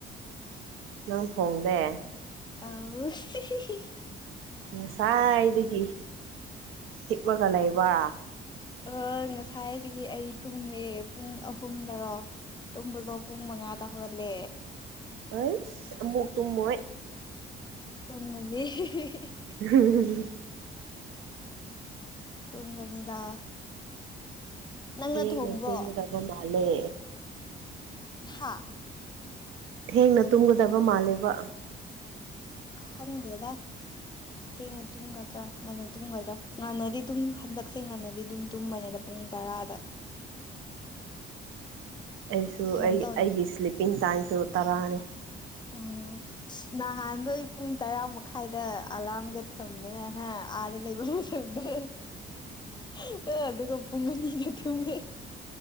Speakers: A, on the right (about 85°); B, on the left (about 20°).
A: ꯅꯪ ꯐꫭꯡꯗꯦ
B: ꯑꯧ <inaudible>
A: ꯅꯁꯥꯏꯗꯒꯤ ꯍꯤꯞꯝꯒ ꯂꯩꯕ
B: ꯑ ꯉꯁꯥꯏꯗꯒꯤ ꯑꯩ ꯇꯨꯝꯃꯦ ꯄꯨꯡ ꯑꯍꯨꯝꯗꯔꯣ ꯇꯨꯝꯕꯗꯣ ꯄꯨꯡ ꯃꯉꯥꯗ ꯍꯧꯒꯠꯂꯦ
A: ꯑꯩꯁ ꯑꯃꯨꯛ ꯇꯨꯝꯃꯣꯏ
B: ꯇꯨꯝꯒꯅꯤ <inaudible>
A: <inaudible>
B: ꯇꯨꯝꯒꯅꯤꯗ ꯅꯪꯅ
A: ꯊꯦꯡꯅ
B: ꯊꯣꯡꯕ꯭ꯔꯣ
A: ꯆꯦꯟꯒꯗꯕ ꯃꯥꯂꯦ
B: ꯍꯥꯥ
A: ꯊꯦꯡꯅ ꯇꯨꯝꯒꯗꯕ ꯃꯥꯜꯂꯦꯕ
B: ꯍꯪꯗꯦꯗ
A: <inaudible>
B: <unintelligible> ꯇꯨꯝꯒꯗ꯭ꯔꯥ ꯉꯟꯅ ꯇꯨꯝꯒꯗ꯭ꯔꯥ ꯉꯟꯅꯗꯤ ꯗꯨꯝ ꯍꯟꯗꯛꯁꯦ ꯉꯟꯅꯗꯤ ꯑꯗꯨꯝ ꯇꯨꯝꯕꯅꯦꯗ ꯄꯨꯡ ꯇꯔꯥꯗ
A: ꯑꯩꯁꯨ
B: ꯀꯩꯝ
A: ꯑꯩ-ꯑꯩꯒꯤ
B: ꯇꯧꯅꯤꯡꯉꯥꯏ
A: ꯁ꯭ꯂꯤꯞꯄꯤꯡ ꯇꯥꯏꯝꯁꯨ ꯇꯔꯥꯅꯤ
B: ꯎꯝ ꯅꯍꯥꯟꯗꯣ ꯑꯩ ꯄꯨꯡ ꯇꯔꯥ ꯃꯈꯥꯏꯗ ꯑꯂꯥꯔꯝꯒ ꯊꯝꯗꯅ ꯍ ꯑꯥꯗ ꯂꯩꯕ <unintelligible> <unintelligible> ꯑ ꯑꯗꯨꯒ ꯄꯨꯡ ꯑꯅꯤꯗ ꯊꯨꯝꯃꯦ